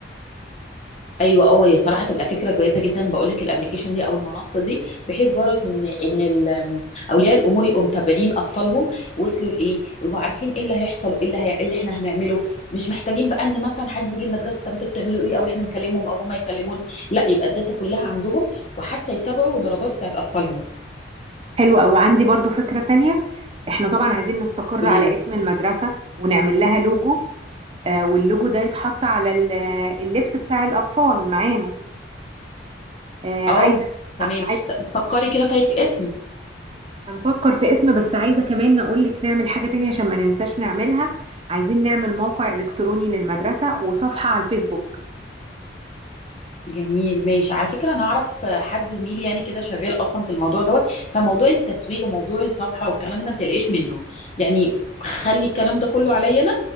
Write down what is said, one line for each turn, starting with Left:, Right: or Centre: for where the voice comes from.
Left: ايوه اه هي صراحه تبقى فكره كويسه جدا بقول لك الابلكيشن دي او المنصه دي بحيث برك ان ان ال- اولياء الامور يبقوا متابعين اطفالهم وصلوا لايه ويبقوا عارفين ايه اللي هيحصل وايه اللي هي... إيه اللي احنا هنعمله مش محتاجين بقى ان مثلا حد يجي المدرسه طب انتوا بتعملوا ايه او احنا نكلمهم او هما يكلمونا لا يبقى الداتا كلها عندهم وحتى يتبعوا الدرجات بتاعت اطفالهم
Right: حلو قوي عندي برضو فكرة تانية احنا طبعا عايزين نستقر
Left: قولي
Right: على
Left: لي
Right: اسم المدرسة ونعمل لها لوجو آه، واللوجو ده يتحط على ال- اللبس بتاع الأطفال معانا آه، عايزة
Left: اه تمام
Right: عايزة
Left: طب فكري كده طيب في اسم
Right: هنفكر في اسم بس عايزة كمان نقول لك نعمل حاجة تانية عشان ما ننساش نعملها عايزين نعمل موقع إلكتروني للمدرسة وصفحة على الفيسبوك
Left: جميل ماشي على فكرة أنا أعرف حد زميلي يعني كده شغال أصلا في الموضوع دوت فموضوع التسويق وموضوع الصفحة والكلام ده ما تقلقش منه يعني خلي الكلام ده كله عليا أنا